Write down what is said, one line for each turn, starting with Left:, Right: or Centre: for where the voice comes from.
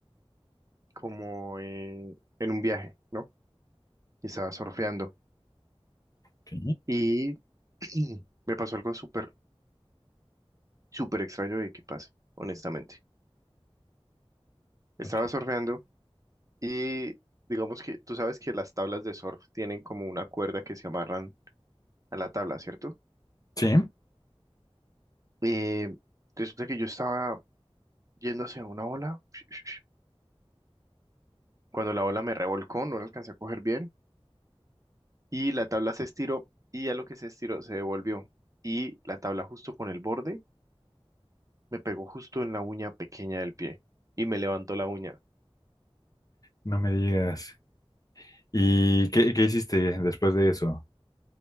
Right: como eh, en un viaje, ¿no? Y estaba surfeando.
Left: Ok,
Right: Y <clears throat> me pasó algo súper, súper extraño de que pase, honestamente. Estaba
Left: ok.
Right: surfeando y digamos que tú sabes que las tablas de surf tienen como una cuerda que se amarran a la tabla, ¿cierto?
Left: Sí,
Right: Eh, resulta que yo estaba yendo hacia una ola <sniffs> Cuando la ola me revolcó, no la alcancé a coger bien y la tabla se estiró y a lo que se estiró se devolvió y la tabla justo con el borde me pegó justo en la uña pequeña del pie y me levantó la uña.
Left: no me digas. ¿Y qué, qué hiciste después de eso?